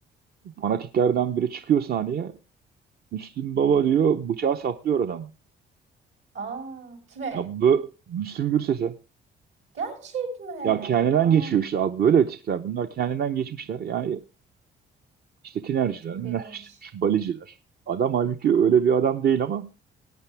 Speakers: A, on the right (about 50°); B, on the right (about 75°).
A: fanatiklerden biri çıkıyor sahneye. Müslüm Baba
B: Hı hı.
A: diyor bıçağı saplıyor adamı.
B: Aa, kime?
A: Ya bu Müslüm Gürses'e
B: Gerçek mi?
A: Ya kendinden
B: Aa,
A: geçiyor işte abi böyle tipler. Bunlar kendinden geçmişler. Yani işte tinerciler,
B: çok
A: minerciler,
B: ilginç.
A: <laughs> şu baliciler. Adam halbuki öyle bir adam değil ama